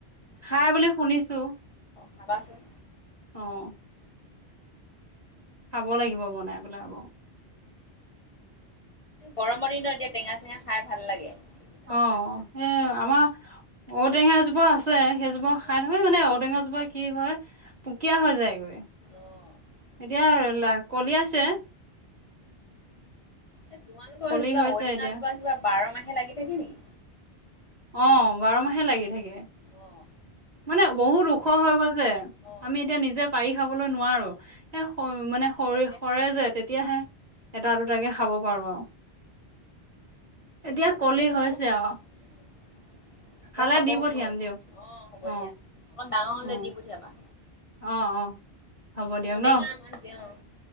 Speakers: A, on the right; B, on the left.
A: খাই বুলি শুনিছো।
B: খাবা চোন।
A: অহ। খাব লাগিব বনাই
B: অ
A: পেলাই আকৌ।
B: গৰমৰ দিনৰত এতিয়া টেঙা চেঙা খাই ভাল লাগে।
A: অহ
B: দালি চালি থাকি
A: এ আমাৰ। ঔটেঙা এজোপা আছে। সেইজোপা খাই
B: অ',
A: থাকে মানে ঔটেঙা জোপা। কি হয় পুকীয়া হৈ যায় গৈ।
B: অ',
A: এতিয়া
B: বেছি
A: লাই কলি আছে।
B: এ তোমালোকৰ
A: কলি
B: সেই ফালে
A: হৈছে
B: <inaudible> ঔটেঙাোািবা
A: এতিয়া
B: বাৰ ম হে লাগি থাকে নেকি?
A: অ বাৰ মাহে লাগি থাকে।
B: অ',
A: মানে বহুত ওখ হৈ গৈছে
B: অ',
A: আমি এতিয়া নিজে পাৰি।। খাবলৈ নোৱাৰো। সেই মানে সৰ
B: কৰিলে
A: সৰে যে তেতিয়াহে।। এটা দুটাকে খাব পাৰো আৰু। এতিয়া
B: মোৰ কেতিয়াবা
A: কলি হৈছে আৰু
B: উম, আকৌ
A: খালে
B: খাব
A: দি
B: হ'বই
A: পঠিয়াম দিয়ক।
B: অ হ'ব
A: অ
B: দিয়া। ডাঙৰ হলে
A: অ
B: দি পঠিয়াবা।
A: অ অ। হ'ব দিয়ক
B: পঠিয়াম
A: ন
B: দিয়ক।